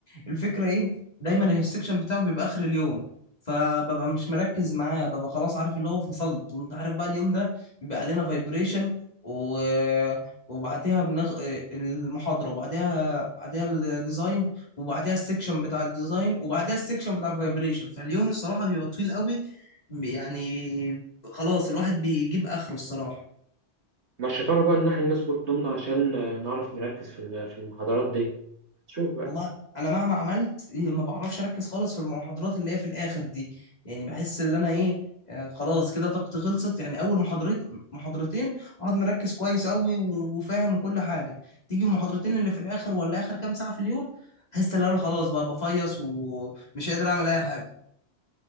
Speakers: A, on the left; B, on the right.
A: الفكره ايه دايما السكشن بتاعه بيبقى اخر اليوم فببقى مش مركز معاه ببقى خلاص عارف اللي هو فصلت وانت عارف بقى اليوم ده بيبقى علينا فايبريشن و... وبعديها بنخ... المحاضره وبعديها بعديها الديزاين وبعديها السكشن بتاع الديزاين وبعديها السكشن بتاع الفايبريشن فاليوم الصراحه بيبقى طويل قوي يعني خلاص الواحد بيجيب اخره الصراحه
B: مع الشطارة بقى إن إحنا نظبط نومنا عشان آه، نعرف نركز في ال- في المحاضرات دي شوف
A: والله انا مهما عملت إيه، ما بعرفش اركز خالص في المحاضرات اللي هي في الاخر دي يعني بحس ان انا ايه آه، خلاص كده طاقتي خلصت يعني اول محاضرين محاضرتين اقعد مركز كويس قوي و- وفاهم وكل حاجه تيجي المحاضرتين اللي في الاخر ولا اخر كام ساعه في اليوم احس ان انا خلاص بقى بفيص ومش قادر اعمل اي حاجه